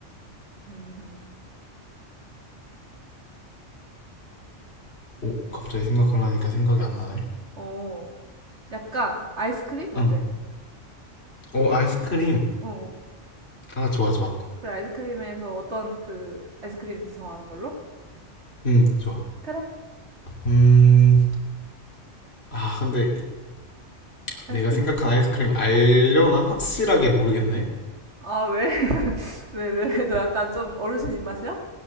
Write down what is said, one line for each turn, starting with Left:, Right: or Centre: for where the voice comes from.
Right: 음,
Left: 오 갑자기 생각하려니까 생각이 안 나네
Right: 어, 약간 아이스크림 어때?
Left: 응. 오 아이스크림
Right: 어, 어.
Left: 아 좋아 좋아
Right: 그래 아이스크림에서 어떤 그 아이스크림인지 정하는 걸로?
Left: 응 좋아
Right: 그래,
Left: 음 아 근데 이- 내가
Right: 아이스크림.
Left: 생각한 아이스크림 알려나 확실하게 모르겠네
Right: 아, 왜? <laughs> 왜, 왜? 너 약간 좀 어르신 입맛이야?